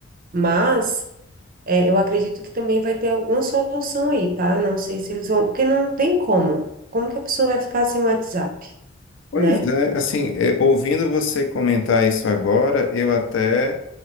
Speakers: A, on the right; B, on the left.
A: Mas é, eu acredito que também vai ter alguma solução aí, tá? Eu não sei se eles vão, porque não tem como. Como que a pessoa vai ficar sem WhatsApp,
B: Pois
A: né?
B: é, assim, é, ouvindo você comentar isso agora, eu até